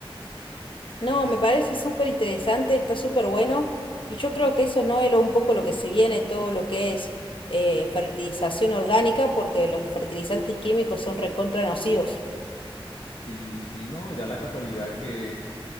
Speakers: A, on the left; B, on the left.
A: No, me parece súper interesante, está súper bueno. Y yo creo que eso no es lo- un poco lo que se viene, todo lo que es eh, fertilización orgánica, porque los fertilizantes químicos son recontra nocivos.
B: Sí, sí, no, y da la casualidad que,